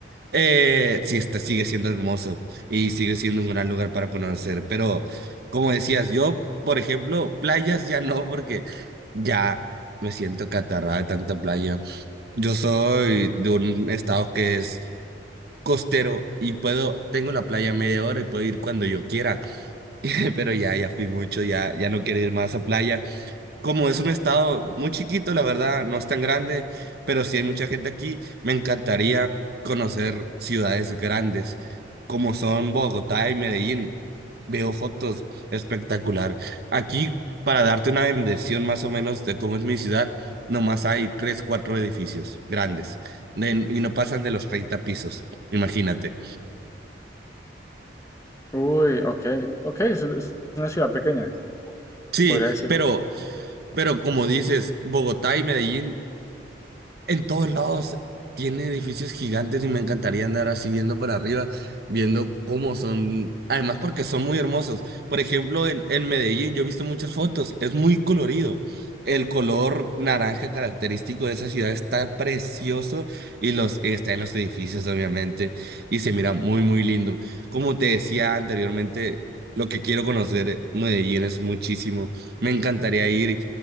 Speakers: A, on the right; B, on the left.
A: eh, sí está, sigue siendo hermoso y sigue siendo un gran lugar para conocer. Pero, como decías, yo, por ejemplo, playas ya no, porque ya me siento catarrada de tanta playa. Yo soy de un estado que es costero y puedo, tengo la playa a media hora y puedo ir cuando yo quiera. <laughs> Pero ya, ya fui mucho, ya, ya no quiero ir más a playa como es un estado muy chiquito, la verdad, no es tan grande, pero sí hay mucha gente aquí, me encantaría conocer ciudades grandes como son Bogotá y Medellín. Veo fotos espectacular. Aquí, para darte una dimensión más o menos de cómo es mi ciudad, nomás hay tres, cuatro edificios grandes de- y no pasan de los 30 pisos, imagínate.
B: Uy, ok, ok, es, es una ciudad pequeña,
A: Sí,
B: se podría decir.
A: pero, pero como dices, Bogotá y Medellín En todos lados tiene edificios gigantes y me encantaría andar así viendo para arriba, viendo cómo son, además porque son muy hermosos. Por ejemplo, en, en Medellín yo he visto muchas fotos, es muy colorido. El color naranja característico de esa ciudad está precioso y los está en los edificios, obviamente, y se mira muy, muy lindo. Como te decía anteriormente, lo que quiero conocer eh, Medellín es muchísimo. Me encantaría ir.